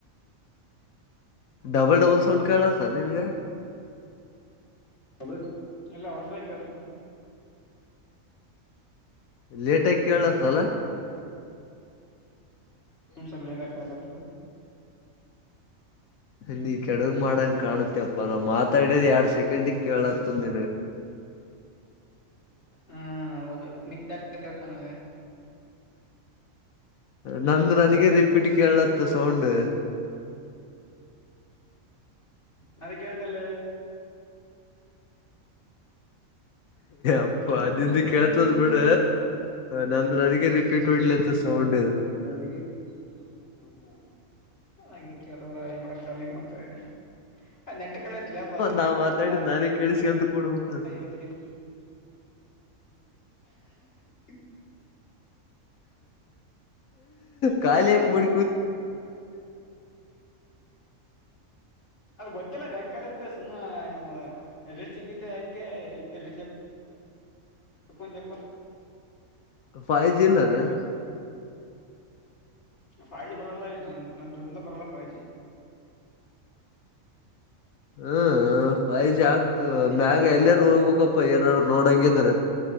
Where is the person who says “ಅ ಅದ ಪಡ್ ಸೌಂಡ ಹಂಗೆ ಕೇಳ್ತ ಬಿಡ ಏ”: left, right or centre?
Left